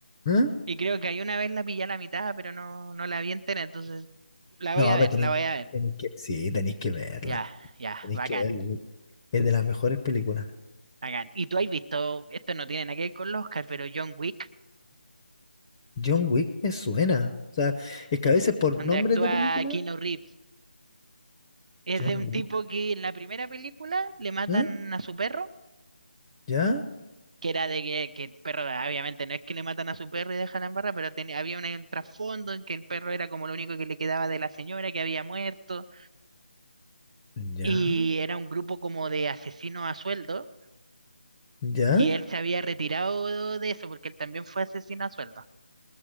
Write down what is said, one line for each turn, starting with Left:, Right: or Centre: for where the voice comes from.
Left: ¿Eh?
Right: Y creo que ahí una vez la pillé a la mitad, pero no, no la vi entera, entonces la
Left: No,
Right: voy a ver,
Left: pero tenéis,
Right: la voy a ver.
Left: tenéis que, sí, tenéis que verla,
Right: Ya, ya,
Left: tenéis
Right: bacán,
Left: que verla. porque Es de las mejores películas.
Right: bacán. Y tú has visto, esto no tiene nada que ver con los Oscar, pero John Wick,
Left: John Wick me suena. O sea, es que a veces por
Right: donde
Left: nombres
Right: actúa
Left: de películas,
Right: Keanu Reeves, es
Left: John
Right: de un tipo
Left: Wick,
Right: que en la primera película le matan
Left: ¿eh?
Right: a su perro,
Left: ¿Ya?
Right: que era de que, que el perro, obviamente no es que le matan a su perro y dejan en barra, pero tenía- había un, un trasfondo en que el perro era como lo único que le quedaba de la señora que había muerto,
Left: ¿Ya?
Right: y era un grupo como de asesinos a sueldo
Left: ¿Ya?
Right: Y él se había retirado de eso porque él también fue asesino a sueldo.